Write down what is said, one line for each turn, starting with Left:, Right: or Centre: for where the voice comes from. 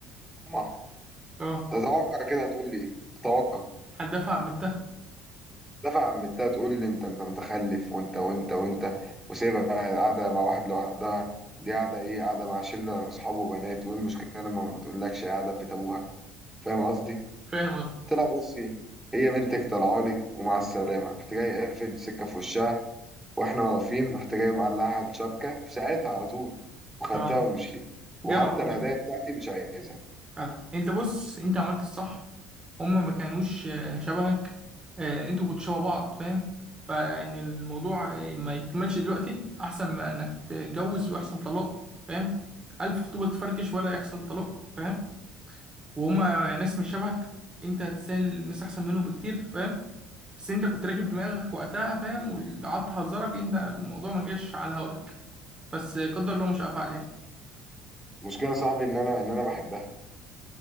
Centre: امها
Right: اه
Centre: تتوقع كده هتقول لي ايه اتوقع
Right: هتدافع عن بنتها
Centre: دفع عمتها تقول لي انت انت متخلف وانت وانت وانت وسيبها قاعده مع واحد لوحدها دي قاعده ايه قاعده مع شله اصحاب وبنات وايه المشكله لما ما تقولكش قاعده في بيت ابوها فاهم قصدي
Right: فاهم قصدي
Centre: قلت لها بصي هي بنتك طلعالك ومع السلامه رحت جاي قافل السكه في وشها واحنا واقفين رحت جاي معلقها على الشبكه في ساعتها على طول وخدتها
Right: اه
Centre: ومشيت وحتى
Right: جدع والله
Centre: الهدايا بتاعتي مش عايزها
Right: جدع انت بص انت عملت الصح هما ما كانوش آه، شبهك آه، انتوا كنتوا شبه بعض فاهم فان الموضوع آه، ما يكملش دلوقتي احسن ما انك تتجوز ويحصل طلاق فاهم الف خطوبة تفركش ولا يحصل طلاق فاهم وهما ناس مش شبهك انت هتسال ناس احسن منهم بكتير فاهم بس انت كنت راكب دماغك وقتها فاهم واللي قعدت احذرك انت الموضوع ما جاش على هواك بس آه، قدر الله مش هفعل يعني
Centre: المشكله يا صاحبي ان انا ان انا بحبها